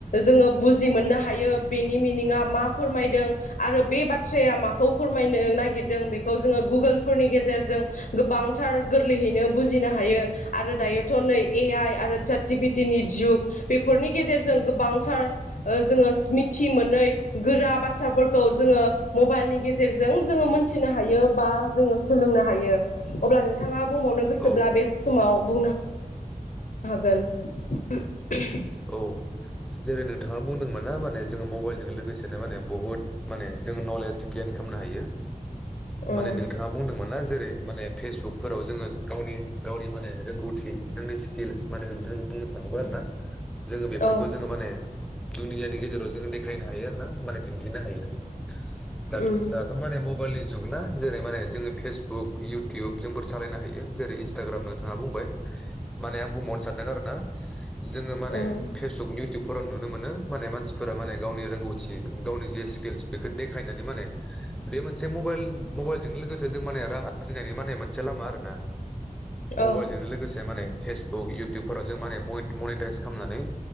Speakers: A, on the left; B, in the centre.
A: जोङो बुजि मोननो हायो बेनि मिनिङा मा फोरमायदों आरो बे बाथ्राया माखौ फोरमायनो नागिर नागिरदों बेखौ जोङो गुगोलफोरनि गेजेरजों गोबांथार गोरलैयैनो बुजिनो हायो आरो दायोथ' नै ए आइ आरो सात जि पि टिनि जुग बे बेफोरनि गेजेरजों गोबांथार ओ जोङो मिथि मोनै गोरा बाथ्राफोरखौ जोङो मबाइलनि गेजेरजों जोङो मोनथिनो हायो बा जोङो सोलोंनो हायो अब्ला नोंथां नोंथाङा बुंबावनो गोसोब्ला
B: औ
A: बे समाव बुंनो हागोन <unintelligible>
B: औ जेरै नोंथाङा बुंदोंमोन ना माने जोङो मबाइलजों लोगोसेनो माने बुहुत माने जों नलेज गेन खायमनो हायो
A: उम
B: माने नोंथाङा बुंदोंमोन ना जेरै माने फेसबुकफोराव जोङो गावनि गावनि माने रोंगौथि जोंनि स्किल्स माने जों बुंनो थाङोब्ला आरो ना। जोङो बेफोरखौ
A: औ
B: जोङो माने दुनियानि गेजेराव जोङो देखायनो हायो आरो ना मने दिनथ थिनो हायो दाथ'
A: उम
B: दाथ' माने म बेलनि जुग ना जेरै माने जोङो फेसबुक इउटुब जोंफोर सालायनो हायो जेरै इन्स्टाग्राम नोंथाङा बुंबाय माने आं बुंबावनो सानदों आरो ना जोङो माने
A: उम
B: फेसबुक नि इउटुबफोराव नुनो मोनो माने मानसिफोरा माने गावनि रोंगौथि गावनि जि स्किल्स बेखौ देखायनानै माने बे मोनसे मबाइल मबाइलजों लोगोसे जों माने रां आरजिनायनि माने मोनसे लामा आरो ना।
A: औ
B: मबाइलजोंनो लोगोसे माने फेसबुक इउटुबफोराव जों माने म मनिटाइस खामनानै